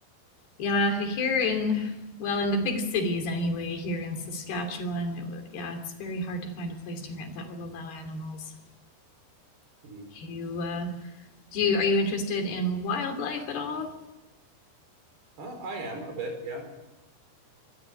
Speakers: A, on the left; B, on the right.
A: Yeah, here in, well, in the big cities anyway, here in Saskatchewan, it, wa- yeah, it's very hard to find a place to rent that will allow animals.
B: Mm-hmm.
A: You, uh, do you, are you interested in wildlife at all?
B: Uh, I am a bit, yeah.